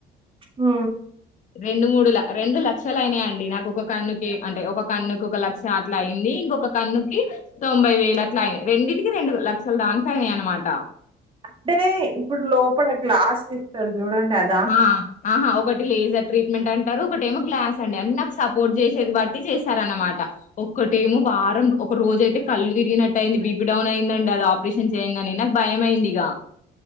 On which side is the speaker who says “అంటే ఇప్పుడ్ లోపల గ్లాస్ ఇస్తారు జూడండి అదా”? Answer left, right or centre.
Right